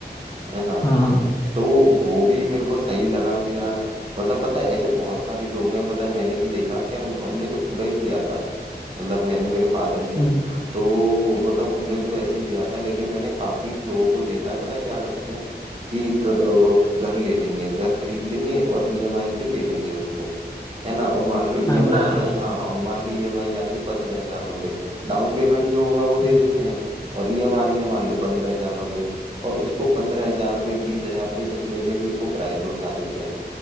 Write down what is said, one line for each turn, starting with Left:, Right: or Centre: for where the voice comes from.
Right: है ना
Left: हाँ हाँ
Right: तो वो भी मेरे को सही लगा कि यार मतलब पता है ऐसे बहुत सारे लोग हैं पता है मैंने भी देखा कि यार हम- हमने तो पूरा ही दिया था मतलब मैंने मेरे फादर ने
Left: हम्म,
Right: तो वो मतलब हमने तो वैसे ही लिया था लेकिन मैंने काफी लोगों को देखा है पता है क्या करते हैं कि ग- अ, घर ले लेंगे घर खरीद लेंगे और ईएमआई पे ले लेंगे उसको है ना और मान लो ईएमआई
Left: हाँ बस हाँ
Right: हाँ और मान लो ईएमआई आ रही है पंद्रह हजार रुपये डाउन पेमेंट जो होगा वो
Left: हम्म
Right: दे देते हैं और ईएम आ रही है मान लो पंद्रह हजार रुपये और उसको पंद्रह हजार रुपये बीस हजार रुपये जितने पे भी उसको किराए पे उठा देते हैं